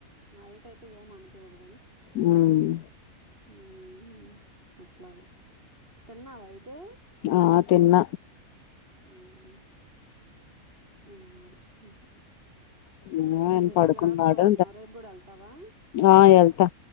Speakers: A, on the right; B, on the left.
A: నైట్ అయితే ఏం అనిపివదు
B: మ్మ్
A: మ్మ్ హ్హ్ అట్లాగ తిన్నావా అయితే
B: ఆ తిన్న
A: మ్మ్ హ్హ్ తినాలి ఇంకా
B: ఆ ఆయన
A: అయితే
B: పడుకున్నాడు
A: క్లాస్కి వెళ్తున్నావు రేపు కూడా వెళ్తావా
B: ఆ వెళ్తా